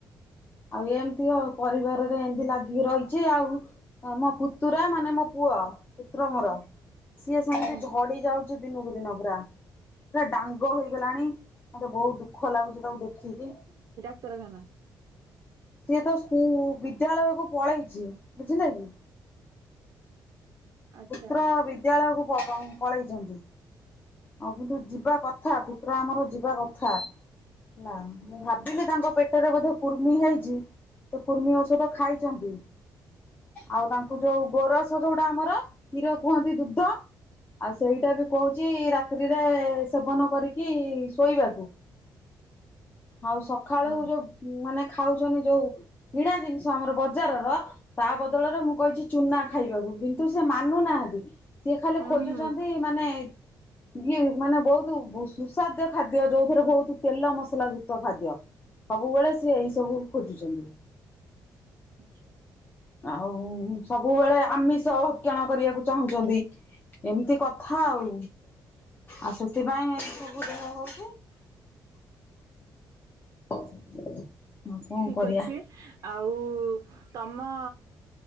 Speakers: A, on the left; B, on the right.
A: ଆଉ ଏମିତି ଆଉ, ପରିବାରରେ ଏମିତି ଲାଗିକି ରହିଛି ଆଉ। ତମ ପୁତୁରା ମାନେ ମୋ ପୁଅ। ପୁତ୍ର ମୋର। ସିଏ ସେମିତି
B: ହୁଁ
A: ଝଡି ଯାଉଛି ଦିନକୁ ଦିନ ପୁରା। ପୁରା ଡାଙ୍ଗ ହେଇଗଲାଣି। ମତେ ବହୁତ ଦୁଃଖ ଲାଗୁଛି ତାକୁ ଦେଖିକି।
B: ଉତ୍ତରାଖାନା।
A: ସିଏ ତ ସ୍କୁ ବିଦ୍ୟାଳୟକୁ ପଳେଇଛି ବୁଝିଲ କି?
B: ଆଚ୍ଛା
A: ପୁତ୍ର ବିଦ୍ୟାଳୟକୁ ପଳେଇଛନ୍ତି। ଆଉ କିନ୍ତୁ ଯିବା କଥା। ପୁତ୍ର ଆମର ଯିବା କଥା। ନା, ମୁଁ ଭାବିଲି ତାଙ୍କ ପେଟରେ ବୋଧେ କୁର୍ମି ହେଇଛି, ସେ କୁର୍ମି ଔଷଧ ଖାଇଛନ୍ତି। ଆଉ ତାଙ୍କୁ ଯୋଉ ଗୋରସ ଯୋଉଟା ଆମର? କ୍ଷୀର କୁହନ୍ତି ଦୁଗ୍ଧ? ଆଉ ସେଇଟା ବି କହୁଛି ରା ତିରେ ସେବନ କରିକି ଶୋଇବାକୁ। ଆଉ ସକାଳୁ
B: ହୁଁ
A: ଯୋଉ ମାନେ ଖାଉଛନ୍ତି ଯୋଉ, କିଣା ଜିନିଷ ଆମର ବଜାରର ତା ବଦଳରେ ମୁଁ କହିଛି ଚୁନା ଖାଇବାକୁ। କିନ୍ତୁ ସେ ମାନୁନାହାନ୍ତି ସିଏ ଖାଲି
B: ହୁଁ
A: ଖୋଜୁଛନ୍ତି?
B: ହୁଁ
A: ଏ ମାନେ ଇଏ ମାନେ ବହୁତ ସୁସାଦ୍ୟ ଖାଦ୍ୟ, ଯୋଉଥିରେ ବହୁତ ତେଲ ମସଲା ଯୁକ୍ତ ଖାଦ୍ୟ। ସବୁବେଳେ ସିଏ ଏଇ ସବୁ ଖୋଜୁଛନ୍ତି।
B: ଆଛା।
A: ଆଉ ସବୁବେଳେ ଆମିଷ ହ କ୍ଷଣ କରିବାକୁ ଚାହୁଁଛନ୍ତି। ଏମିତି କଥା ଆଉ। ଆଉ ସେଥିପାଇଁ ସବୁ ଦେହ ହଉଛି <unintelligible> କଣ
B: ଠିକ୍
A: କରିବା।
B: ଅଛି। ଆଉ ତମ